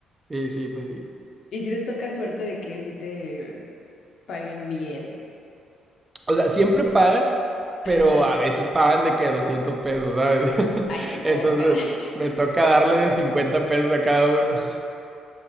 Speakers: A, on the right (about 20°); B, on the left (about 65°).
A: Sí, sí, pues sí.
B: Y si te toca suerte de que si te paguen bien.
A: O sea, siempre pagan, pero
B: Ajá.
A: a veces pagan de que 200 pesos, ¿sabes? <laughs>
B: Ay, qué
A: Entonces,
B: poca. <laughs>
A: me toca darle de 50 pesos a cada uno. <laughs>